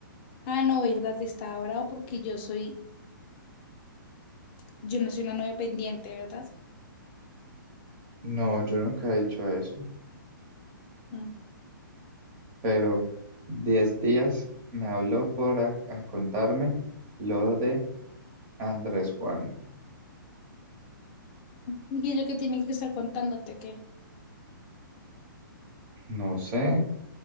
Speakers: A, on the left; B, on the right.
A: Ah, no, verdad, estaba bravo porque yo soy, yo no soy una novia pendiente, ¿verdad?
B: No, yo nunca he dicho eso,
A: Mm.
B: pero 10 días me habló por a a contarme lo de Andrés Juan,
A: Y ella que tiene que estar contándote que.
B: no sé,